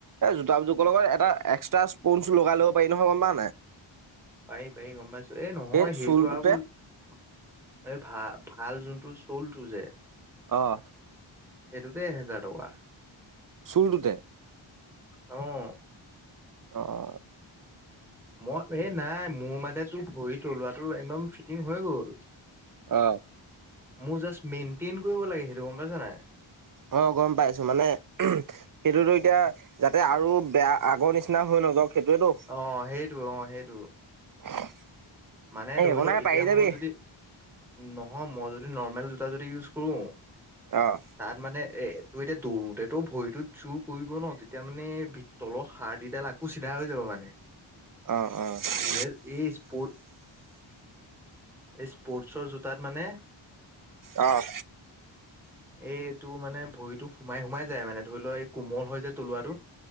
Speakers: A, on the right; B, in the centre.
A: এ, জোতা জোখৰ লগত, এটা এক্সট্ৰা স্পঞ্জ লগাই ল'ব পাৰি, নহয়! গম পাওঁ নাই?
B: পাৰি, পাৰি, গম পাইছোঁ। এ নহয়,
A: সেই
B: সেইটো
A: চুলটোতে
B: আকৌ এই ভাল, ভাল যোনটো চ'লটো যে।
A: অ'!
B: সেইটোতে, এহেজাৰ টকা।
A: চ'লটোতে?
B: অ'!
A: অ'!
B: মই, এই নাই। মোৰ মানে, তোৰ ভৰি তলোৱাটো, একদম ফিটিং হৈ গ'ল।
A: অ'!
B: মোৰ জাষ্ট, মেইনটেইন কৰিব লাগে। সেইটো, গম পাইছ নাই?
A: অ'! গম পাইছোঁ। মানে, <unintelligible> সেইটোতো এতিয়া, যাতে আৰু বেয়া, আগৰ নিচিনা হৈ নযওঁক! সেইটোৱেতো।
B: অ'! সেইটো, অ'! সেইটো।
A: <unintelligible>
B: মানে ধৰি
A: একো
B: লও
A: নাই
B: এতিয়া
A: পাৰি যাবি
B: মই যদি নহয়, মই যদি নৰ্মেল জোতা যদি ইউজ কৰো
A: অ'।
B: তাত মানে, এ তোৰ এতিয়া দৌৰোতে তো ভৰিটোত জোৰ পৰিব ন' তেতিয়া মানে তলৰ হাৰ দিডাল আকৌ চিধা হৈ যাব মানে।
A: অ', অ'।
B: <unintelligible> এই স্পৰ্টচৰ জোতাত মানে
A: অ'।
B: এই এইটো মানে ভৰিতো সোমাই সোমাই যায় মানে, ধৰি লোৱা এই কোমল হয় যে তলুৱাটো।